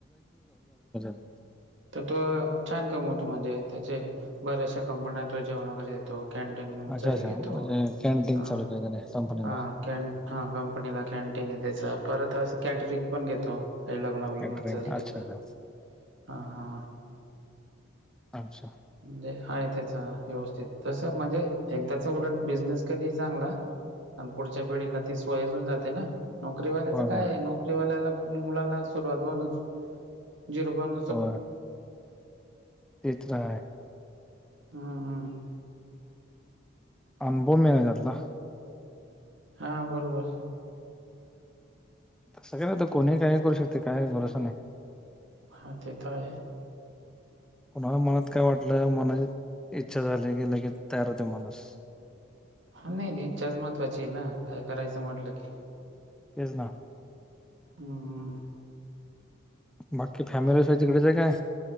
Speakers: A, in the centre; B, on the right.
A: <unintelligible>
B: तर तो छान कमवतो म्हणजे त्याचे बऱ्याचशा कंपन्या तो जेवण वगैरे देतो. कॅनटीनचा
A: अच्छा
B: आहे
A: अच्छा
B: घेतो
A: म्हणजे कॅन्टीन
B: ह
A: चालू केलं त्याने कंपनीला
B: हा कॅन हा क कनीला कॅन्टीन आहे त्याच परत असं कॅटरिंग पण घेतो काही लग्न वग्नाचं
A: कॅटरिंग
B: असलं
A: अच्छा
B: तर,
A: अच्छा
B: हा हा!
A: अच्छा!
B: म्हणजे आहे त्याच व्यवस्थित तस म्हणजे एकदाचा उलट बिझनेस कधी चांगला. पण पुढच्या पिढीला ती स्वयजून जाते ना? नोकरीवाल्याचं
A: होय
B: काय
A: होय
B: नोकरीवाल्याला मुलाला सुरुवात म्हन जिरो पान
A: हो तेच रा
B: हम् हम!
A: अनुभव मिळा त्यातला
B: हा बरोबर!
A: तसं काही नाही त कोणी काही करू शकते काही भरोसा नाही.
B: हा तेतर आहे.
A: कुणाला मनात काय वाटलं मनाची इच्छा झाली की लगेच तयार होते माणूस
B: ह नाही इच्छाच महत्वाची आहे ना काय करायचं म्हटलं की,
A: तेच ना,
B: हम्म
A: बाकी फॅमिली स तिकडेच आहे काय?